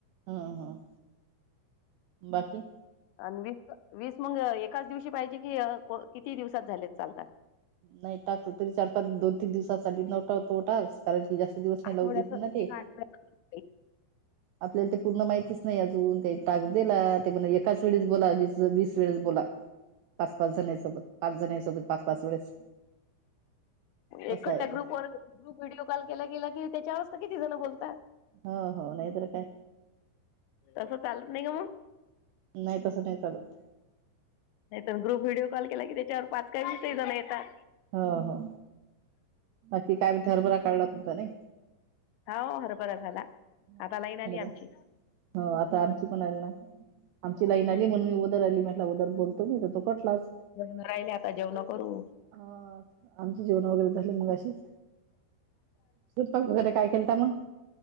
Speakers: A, on the right; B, on the left.
A: हम्म, हम्. बाकी?
B: अन् वीस- वीस मंग अ एकाच दिवशी पाहिजे की, अ किती दिवसात झाले त चालतात.
A: नाही टॉक्स तरी चार- पाच, दोन तीन दिवसात सा नऊ टा होतो टास्क. कारण की, जास्त दिवस नाही
B: आठवड्याचं
A: लागू देत नं ते.
B: एका आठवड्याचं
A: आपल्याला ते पूर्ण माहितीच नाही अजून. काही टास्क दिला ते पण, एकाच वेळेस बोला, वीस - वीस वेळेस बोला. पाच- पाच जणांसोबत. पाच जणांसोबत पाच -पाच वेळेस.
B: एकखठ्या
A: असं आहे ते
B: ग्रुपवर, ग्रुप व्हिडिओ कॉल केला गेला कि, त्याच्याव च त किती जण बोलतात.
A: हो, हो. नाय तर काय?
B: तसं चालत नाही का मग?
A: नाही, तसं नाही चालत.
B: नाय तर ग्रुप व्हिडिओ कॉल केला की, त्याच्यावर पाच काय, विसही जण येतात.
A: हो, हो. बाकी काय मनते? हरभरा काढला तुमचा, नाही?
B: हाव, हरभरा झाला.
A: हो.
B: आता लाईन आली
A: हो,
B: आमची
A: आता आमची पण आली ना. आमची
B: हम्म
A: लाईन आली म्हणून मी व दरअली म्हटला अगोदर बोलतो मी. तर तो कटलाच.
B: जेवणं राहिले, आता जेवणं करू.
A: ह. आमची जेवणं वगैरे झाली मगाशीच. स्वयपाक वगैरे, काय केलता मग?